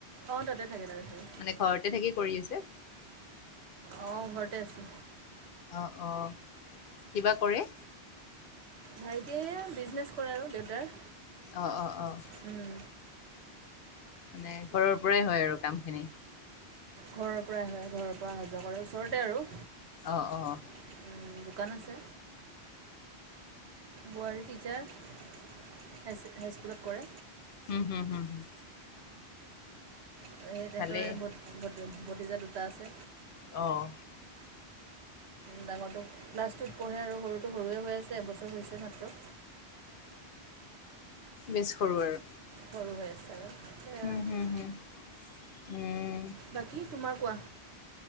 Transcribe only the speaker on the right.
অঁ তাতে থাকে তাতে থাকে।
অ' ঘৰতে আছে।
ভাইটিয়ে এইয়া বিজনেছ কৰে আৰু দেউতাৰ।
উম।
ঘৰৰ পৰাই হয়, ঘৰৰ পৰা অহা-যোৱা কৰে ওচৰতে আৰু।
উম, দোকান আছে, বোৱাৰী টিচাৰ। হাই-হাইস্কুলত কৰে।
<unintelligible>
ভ-ভতিজা দুটা আছে।
ডাঙৰটোক ক্লাছ টুত। পঢ়ে আৰু সৰুটো সৰুৱে হৈ আছে এবছৰ হৈছে মাত্ৰ।
সৰু হৈ আছে। সেয়াই
আৰু
বাকী, তোমাৰ কোৱা।